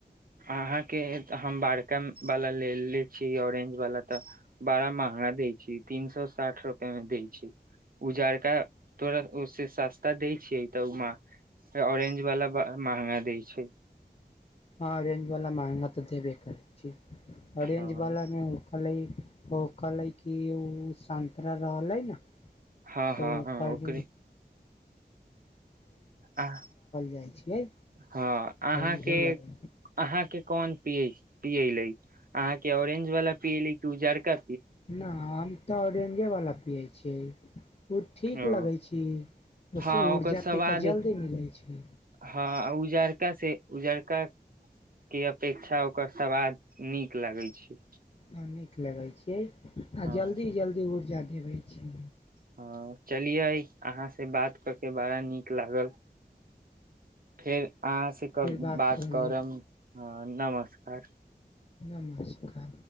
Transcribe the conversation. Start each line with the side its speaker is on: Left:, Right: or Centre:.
Right: अहाँके हम बड़का वाला लेलेे छियै ऑरेंज वाला तऽ बड़ा महंगा दै छै तीन सए साठि रुपआ मे दै छै उ जड़का तोरा ओे सस्ता दै छियै तऽ ओ ऑरेंज वाला महंगा दै छै
Left: हँ ओरेंज बला महगा ते देब करै छिय ऑरेंज
Right: हँ
Left: बाला मे होखला ओ कहलै कि ओ संन्तरा रहलै ने
Right: हँ
Left: त
Right: हँ
Left: ओ
Right: हँ
Left: कहल
Right: ओकरे हँ
Left: जाइ छियै
Right: अहाँ
Left: तऽ उहे लगै
Right: अहाँ के कोन पियले अहाँ के ऑरेंज वाला पियली की उजारका
Left: न आब तऽ ओरेंजवला पियै छियै उ ठीक
Right: ओ
Left: लगै छी ओसे
Right: हँ
Left: ऊर्जा
Right: ओकर सवाद
Left: तनिका जल्दी मिलै छै
Right: हँ उजरका से उजरका के अपेक्षा ओकर सवाद नीक लागै छै
Left: आ नीक लगैत छियै आ
Right: हँ
Left: जल्दी जल्दी ऊर्जा देबैत छी
Right: ह चलियै अहाँ से बात कऽ के बड़ा नीक लागल फेर अहाँ से
Left: फेर
Right: बात
Left: करल
Right: करब
Left: जाइ
Right: नमस्कार
Left: नमस्कार